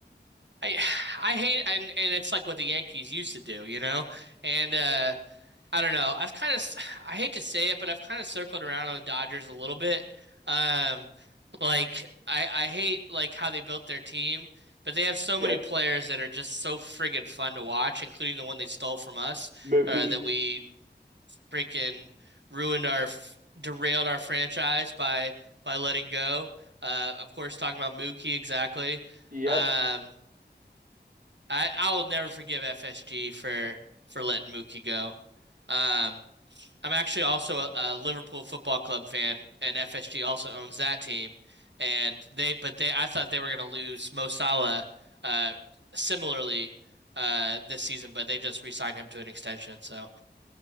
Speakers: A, on the right (about 75°); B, on the right (about 50°).
A: I <sighs> I hate and and it's like what the Yankees used to do, you know? And uh I don't know. I've kind of, <sighs> I hate to say it, but I've kind of circled around on the Dodgers a little bit. Um, like I, I hate like how they built their team, but they have so
B: Yeah,
A: many players that are just so friggin' fun to watch, including the one they stole from us,
B: Mookie,
A: uh, that we freaking ruined our, f- derailed our franchise by by letting go. Uh, of course, talking about Mookie exactly.
B: Yep.
A: Um, I I will never forgive FSG for for letting Mookie go. Um, I'm actually also a, a Liverpool Football Club fan, and FSG also owns that team. And they, but they, I thought they were going to lose Mo Salah, uh, similarly, uh, this season, but they just re-signed him to an extension. So